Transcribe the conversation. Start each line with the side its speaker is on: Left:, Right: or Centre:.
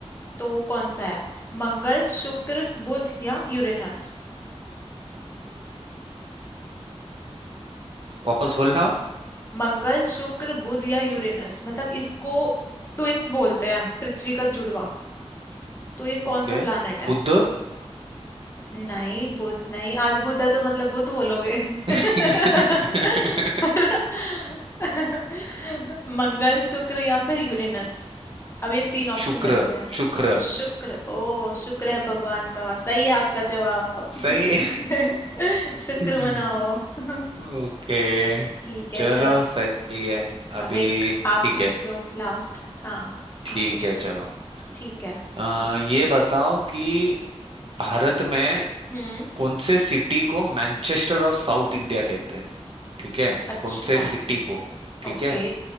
Left: तो वो कौन सा है मंगल शुक्र बुध या यूरेनस
Right: वापस बोलना
Left: मंगल शुक्र बुध या यूरेनस मतलब इसको ट्विन्स बोलते हैं पृथ्वी का जुड़वा तो ये कौन
Right: ओके
Left: सा प्लैनेट है
Right: बुद्ध
Left: नहीं बुध नहीं आज बुध है तो मतलब बुध बोलोगे <laughs>
Right: <laughs>
Left: मंगल शुक्र या फिर यूरेनस अब ये तीन ऑप्शन
Right: शुक्र
Left: बचते हैं
Right: शुक्र
Left: शुक्र ओ शुक्र है भगवान का सही है आपका जवाब
Right: सही
Left: <laughs>
Right: है
Left: शुक्र
Right: <laughs>
Left: मनाओ <laughs>
Right: ओके
Left: ठीक है
Right: चलो
Left: चला
Right: सही है अभी
Left: अब एक आप
Right: ठीक
Left: पूछ
Right: है
Left: लो लास्ट हाँ
Right: ठीक
Left: आप पूछ
Right: है
Left: लो
Right: चलो
Left: ठीक है
Right: आ, ये बताओ कि भारत में
Left: हम्म
Right: कौन से सिटी को मैनचेस्टर ऑफ साउथ इंडिया कहते हैं ठीक है
Left: अच्छा
Right: कौन से सिटी को ठीक
Left: ओके
Right: है